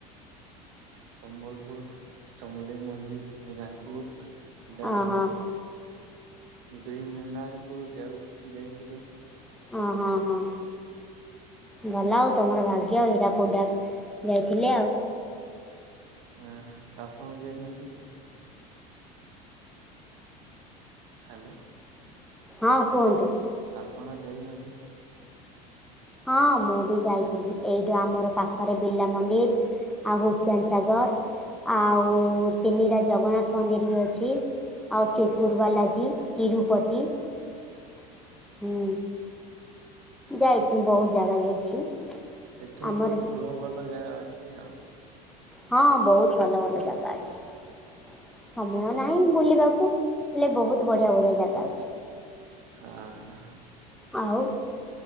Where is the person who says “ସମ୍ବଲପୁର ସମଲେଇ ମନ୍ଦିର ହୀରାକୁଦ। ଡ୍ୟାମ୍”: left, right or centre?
Right